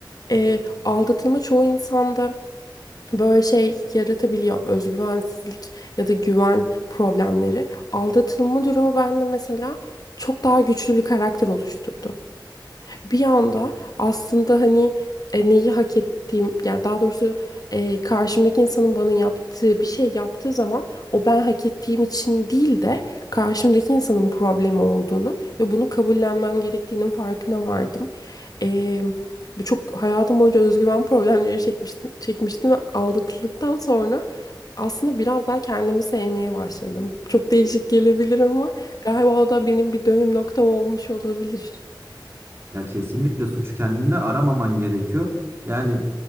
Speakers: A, on the left; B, on the right.
A: E, aldatılma çoğu insanda böyle şey yaratabiliyor. Özgüvensizlik ya da güven problemleri. Aldatılma durumu bende mesela çok daha güçlü bir karakter oluşturdu bir anda aslında hani e, neyi hak ettiğim yani daha doğrusu e, karşımdaki insanın bana yaptığı bir şey yaptığı zaman o ben hak ettiğim için değil de karşımdaki insanın problemi olduğunu ve bunu kabullenmem gerektiğinin farkına vardım. E, bu çok hayatım boyunca özgüven problemleri çekmiştim, çekmiştim ve aldatıldıktan sonra aslında biraz daha kendimi sevmeye başladım. Çok değişik gelebilir ama galiba o da benim bir dönüm noktam olmuş olabilir.
B: Ya kesinlikle suçu kendinde aramaman gerekiyor. Yani